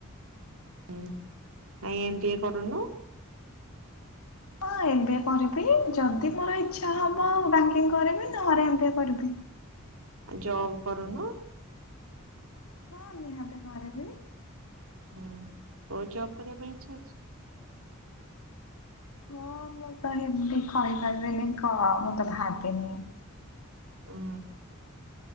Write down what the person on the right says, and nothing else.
ଉଁ କାଇଁ ଏମ ବି ଏ କରୁନୁ।
ଜବ୍ କରୁନୁ।
ହୁଁ କୋଉ ଜବ୍ କରିବା ପାଇଁ ଇଚ୍ଛା ଅଛି।
ଉଁ।